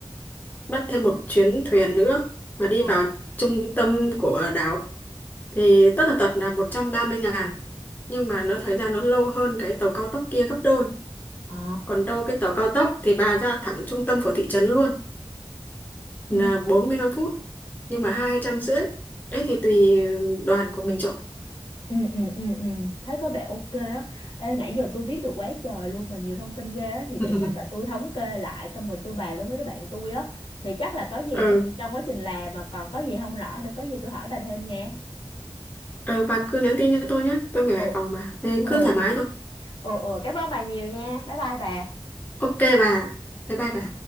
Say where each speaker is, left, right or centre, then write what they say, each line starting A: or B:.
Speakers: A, on the left; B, on the left.
A: bắt thêm một chuyến thuyền nữa mà đi
B: Ờ.
A: vào trung tâm của đảo thì tất tần tật là một trăm ba mươi ngàn nhưng mà nó thời gian nó lâu hơn cái tàu cao tốc kia gấp đôi.
B: Ờ.
A: Còn đâu cái tàu cao tốc thì bà ra thẳng trung tâm của thị trấn luôn
B: Ừ.
A: là 45 phút nhưng mà 200 rưỡi. Đấy thì tùy đoàn của mình chọn.
B: Ừ, ừ, ừ, ừ. Thấy có vẻ ok á. Ê, nãy giờ tôi viết được quá trời luôn mà nhiều thông tin ghê á. Thì để
A: <laughs>
B: chắc là tôi thống kê lại xong rồi tôi bàn với mấy đứa bạn tôi á. Thì chắc là có gì
A: Ừ,
B: nếu mà trong quá trình làm mà còn có gì không rõ nữa có gì tôi hỏi bà thêm nha.
A: ừ bà cứ nhắn tin cho tôi nhé, tôi người
B: Ừ.
A: Hải Phòng mà, nên
B: Ừ.
A: cứ thoải mái thôi.
B: Ừ, ừ. Cảm ơn bà nhiều nha. Bye bye bà.
A: Ok bà, bye bye bà.